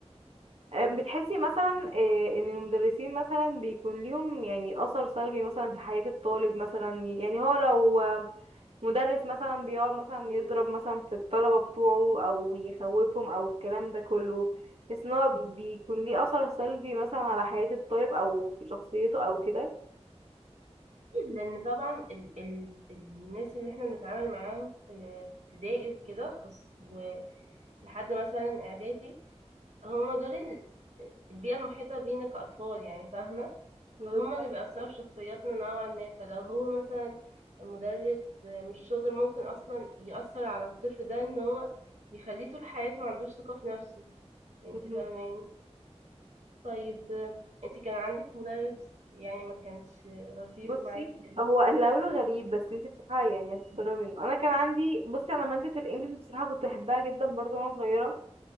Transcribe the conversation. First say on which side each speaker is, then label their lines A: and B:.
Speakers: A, on the right; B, on the right.
A: أم بتحسي مثلا آه، ان المدرسين مثلا بيكون ليهم يعني اثر سلبي مثلا في حياة الطالب مثلا يعني هو لو مدرس مثلا بيقعد مثلا يضرب مثلا في الطلبة بتوعه او يخوفهم او الكلام ده كله بس ان هو بيكون ليه اثر سلبي مثلا على حياة الطالب او في شخصيته او كده
B: أكيد لأن طبعا ال ال الناس اللي احنا بنتعامل معاهم في في ابتدائي وكده خاص ولحد مثلا إعدادي هما دول ال- البيئة المحيطة بينا كأطفال يعني فاهمة
A: <laughs>
B: فهما اللي بيأثروا في شخصياتنا نوعا ما فلو هو مثلا مدرس مش شاطر ممكن أصلا يأثر على الطفل ده إن هو يخليه طول حياته ما عندوش ثقة في نفسه انت
A: مم.
B: فاهماني طيب انت كان عندك مدرس يعني ما كانش لطيف
A: بصي
B: معاك
A: هو اللي هقوله غريب بس انتي بصراحة يعني هتستغربي منه انا كان عندي بصي انا مادة الانجليش بصراحة كنت بحبها جدا برضو وانا صغيرة